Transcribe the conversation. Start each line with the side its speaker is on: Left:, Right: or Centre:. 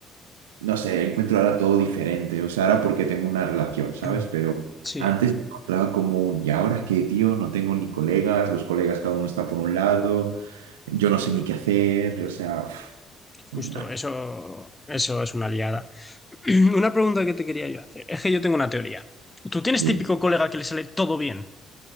Right: no sé, encuentro ahora todo diferente, o sea, ahora porque tengo una relación, ¿sabes?
Left: <clears throat>
Right: Pero
Left: Sí.
Right: antes me encontraba como un, ¿y ahora qué, tío? No tengo ni colegas, los colegas cada uno está por un lado, yo no sé ni qué hacer, o sea, uf,
Left: Justo,
Right: nah,
Left: eso, eso es una liada. <clears throat> Una pregunta que te quería yo hacer. Es que yo tengo una teoría. Tú tienes
Right: dime.
Left: típico colega que le sale todo bien.